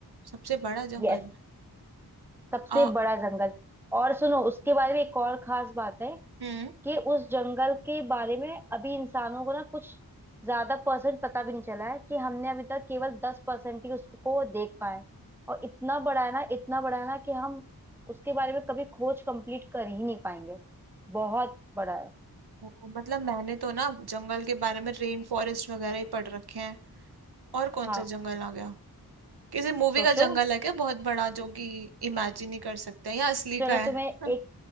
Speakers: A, on the right; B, in the centre.
A: सबसे बड़ा जंगल
B: यस सबसे
A: आ,
B: बड़ा जंगल और सुनो उसके बारे में एक और खास बात है
A: हम्म
B: कि उस जंगल के बारे में अभी इंसानों को ना कुछ ज्यादा परसेंट पता भी नहीं चला है कि हमने अभी तक केवल दस परसेंट ही उसको देख पाए और इतना बड़ा है ना इतना बड़ा है ना कि हम उसके बारे में कभी खोज कंप्लीट कर ही नहीं पाएंगे बहुत बड़ा है
A: ओ, मतलब मैंने तो ना जंगल के बारे में रेन फॉरेस्ट वगैरह ही पढ़ रखे हैं और कौन
B: हाँ
A: सा जंगल आ गया किसी मूवी
B: सोचो
A: का जंगल है क्या बहुत बड़ा जो कि इमेजिन ही कर सकते हैं या असली
B: चलो
A: का है
B: तुम्हें
A: <laughs>
B: एक